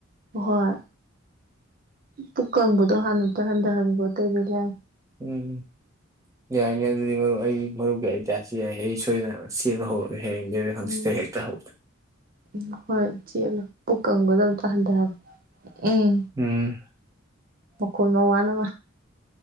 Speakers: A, on the right (about 45°); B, on the right (about 15°).
A: ꯍꯣꯏ ꯄꯨꯀꯪꯕꯗꯣ ꯍꯥꯟꯅ ꯑꯝꯇ ꯍꯟꯊꯍꯟꯒꯦ ꯒꯣꯗꯕꯤꯂ
B: ꯎꯝ ꯌꯥꯏꯅꯦ ꯑꯗꯨꯗꯤ ꯃꯔꯨꯞ ꯑꯩ ꯃꯔꯨꯞꯀꯤ ꯑꯥꯏꯗꯤꯌꯥꯁꯤ ꯌꯥꯏ ꯑꯩ ꯁꯣꯏꯗ ꯁꯦꯟꯅ ꯍꯧꯔꯦ ꯍꯌꯦꯡꯗꯩꯔ ꯍꯪꯆꯤꯠꯇꯩꯔ
A: ꯎꯝ
B: ꯍꯦꯛꯇ ꯍ
A: ꯎꯝ ꯍꯣꯏ ꯆꯦꯜꯂꯨ ꯄꯨꯛ ꯀꯪꯕꯗꯨ ꯑꯝꯇ ꯍꯟꯗꯍꯜꯂꯨ ꯎꯝ
B: ꯎꯝ
A: ꯃꯈꯨꯜ ꯃ ꯋꯥꯅ